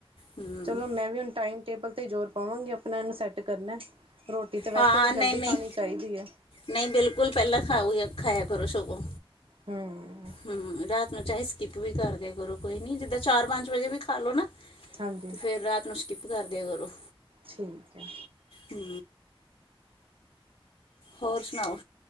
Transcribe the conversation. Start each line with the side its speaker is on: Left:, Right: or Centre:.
Left: ਹੂੰ
Right: ਚਲੋ ਮੈਂ ਵੀ ਹੁਣ ਟਾਈਮ ਟੇਬਲ ਤੇ ਜ਼ੋਰ ਪਾਵਾਂਗੀ ਆਪ ਆਪਣੇ ਆਪ ਨੂੰ ਸੈਟ ਕਰਨਾ, ਰੋਟੀ ਤਾਂ ਵੈਸੇ
Left: ਹਾਂ
Right: ਵੀ ਜਲਦੀ
Left: ਨਹੀਂ ਨਹੀਂ
Right: ਖਾਣੀ ਚਾਈਦੀ ਆ।
Left: ਨਹੀਂ ਬਿਲਕੁਲ ਪੇਲਾਂ ਖਾਓ ਖਾਏਆ ਕਰੋ ਸਗੋਂ।
Right: ਹੂੰ
Left: ਹੂੰ, ਰਾਤ ਨੂੰ ਚਾਹੇ ਸਕਿਪ ਵੀ ਕਰਦੇਆ ਕਰੋ ਕੋਈ ਨੀ, ਜਿੱਦਾਂ ਚਾਰ ਪੰਜ ਵਜੇ ਵੀ ਖਾਲੋ ਨਾ
Right: ਹਾਂਜੀ।
Left: ਤੇ ਫੇਰ ਰਾਤ ਨੂੰ ਸਕਿਪ ਕਰ ਦੇਆਂ ਕਰੋ।
Right: ਠੀਕ ਐ।
Left: ਹੂੰ ਹੋਰ ਸੁਣਾਓ?